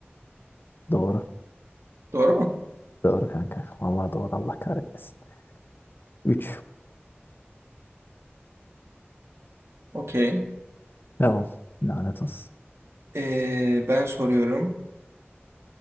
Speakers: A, on the left (about 55°); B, on the right (about 85°).
A: Doğru.
B: Doğru mu?
A: Doğru kanka. Vallahi doğru Allah kahretmesin. Üç.
B: Okey.
A: Devam. Lanet olsun.
B: Ee, ben soruyorum.